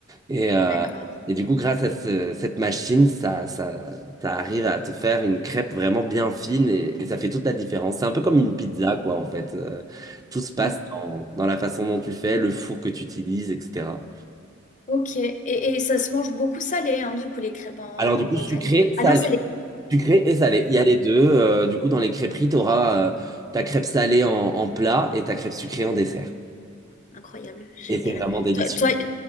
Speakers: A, on the right (about 20°); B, on the left (about 40°).
A: Et, euh,
B: D'accord.
A: et du coup, grâce à ce- cette machine, ça, ça, ça arrive à te faire une crêpe vraiment bien fine et, et ça fait toute la différence. C'est un peu comme une pizza, quoi, en fait. Euh, tout se passe
B: Mm,
A: dans, dans la façon dont tu fais, le four que tu utilises, etc.
B: Ok, et, et ça se mange beaucoup salé, hein, du coup, les crêpes en, en
A: Alors, du
B: Bretagne.
A: coup, sucré, salé.
B: Ah non, c'est les
A: Sucré et salé. Il y a les deux. Euh, du coup, dans les crêperies, tu auras ta crêpe salée en, en plat et ta crêpe sucrée en dessert.
B: Incroyable, génial.
A: Et c'est vraiment délicieux.
B: Toi, toi,